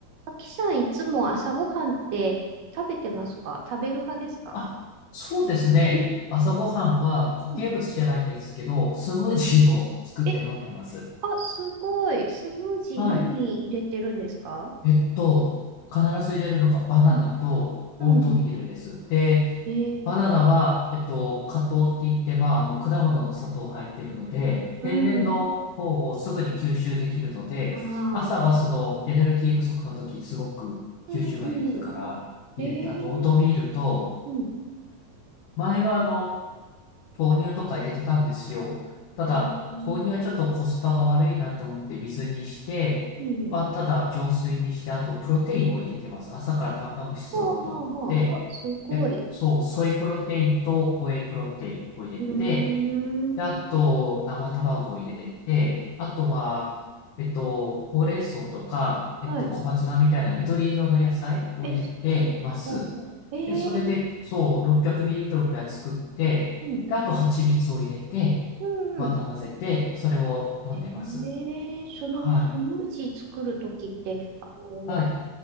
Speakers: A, on the right; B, on the left.
A: あきさん、いつも朝ごはんって食べてますか食べる派ですか
B: あ、そうですね。朝ごはんは固形物じゃないんですけど、
A: うんうんう
B: スムージーを作って飲んでます。
A: んえ、あ、すごい。スムージー何入れてるんですか
B: はい。えっと、必ず入れるのがバナナとオートミールです。
A: うんうん。
B: で、
A: えー、
B: バナナは、えっと、果糖って言って、まあ、あの、果物の砂糖入ってるので、天然の糖をすぐに吸収できるので、
A: うん。ああ、
B: 朝はそのエネルギー不足の時、すごく吸収がいいから入れて、
A: うん。えー、
B: あとオートミールと、
A: うん。
B: 前はあの、豆乳とか入れてたんですよ。ただ、
A: えー、
B: 豆乳はちょっとコスパが悪いなって思って水にして、
A: うん。
B: はただ浄水にして、あとプロテインを入れてます。朝からタンパク質取ろうと思って、
A: はあはあはあ。あ、すごい。
B: え、そう、ソイプロテインとホエイプロテインを入れて、
A: うーん。
B: で、あと、生卵を入れて、あとは、えっと、ほうれん草とか、えっと、
A: はい。
B: 小松菜みたいな緑色の野菜を入れてます。
A: え、すごい。ほうほう。えー、
B: で、それで、そう、600ml ぐらい作って、
A: うん。
B: で、あと、蜂蜜を入れて、
A: うんうん
B: また混ぜて、それを飲んでます。
A: ええそのスムージー作るときって、
B: はい。
A: あの、
B: はい。